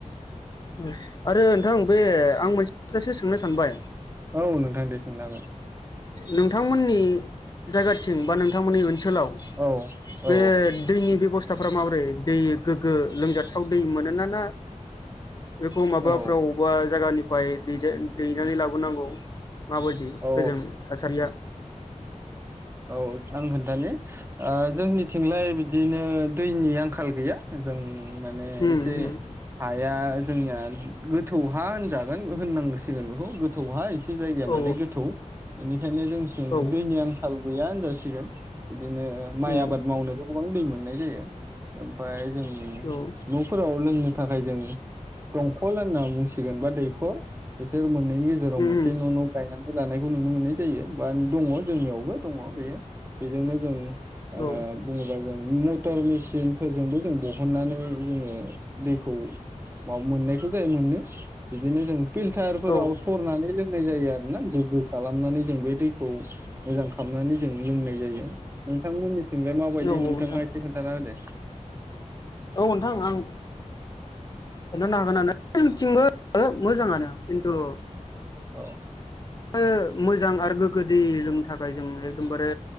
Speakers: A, on the left; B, on the right.
A: औ। आरो नोंथां बे आं मोनसे खोथासो सोंनो सानबाय
B: औ नोंथां दे सोंनो हागोन
A: नोंथांमोननि जायगाथिं बा नोंथांमोननि ओन सोलाव
B: औ
A: बे
B: औ
A: दैनि बेबस्थाफ्रा माबोरै दै गोग्गो लोमजाथाव दै मोनोना ना बेखौ माबाफ्राव
B: औ
A: बा जागानिफाय दैदे दैनानै लाबोनांगौ माबायदि
B: औ
A: गोजों थासारिया
B: औ औ आं खोनथानि ओ जोंनिथिंलाय बिदिनो दैनि आंखाल गैया जों माने
A: उम
B: एसे
A: उम
B: हाया जोंनिया गोथौ हा होनजागोन होननांसिगोन बेखौ गोथौहा एसे जायगाया
A: औ
B: माने गोथ बेनिखायनो जोंनिथिं
A: औ
B: दैनि आंखाल गैया होनजासिगोन बिदिनो माइ
A: उम
B: आबाद मावनोबो गोबां दै मोननाय जायो ओमफाय जों
A: औ
B: न'फोराव लोंनो थाखाय जों दंखल होनना बुंसिगोन बा दैखर बिसोर मोननैनि गेजेराव
A: उम
B: मोनसे न' न' गायना लानायखौ नुनो मोननाय जायो बा दङ' जोंनियावबो दङ' बेयो बेजोंनो जों ओ
A: औ
B: बुङोबा जों मटर मेसिनफोरजोंबो जों दिहुनानै जोङो दैखौ मा मोननायखौ जायो मोनो बिदिनो जों फिल्टारफोराव
A: औ
B: सरनानै लोंनाय जायो आरोना गोग्गो खालामनानै जों बे दैखौ मोजां खालामनानै जों लोंनाय जायो नोंथांमोननिथिंलाय माबायदि
A: औ
B: नोंथाङा
A: नोंथां
B: एसे खोन्थाना होदे।
A: औ नोंथां आं खोनथानो हागोनानो जोंनिथिंबो मोजाङानो खिन्थु
B: औ।
A: ओ मोजां आरो गोग्गो दै लोंनो थाखाय जों एकदमबारे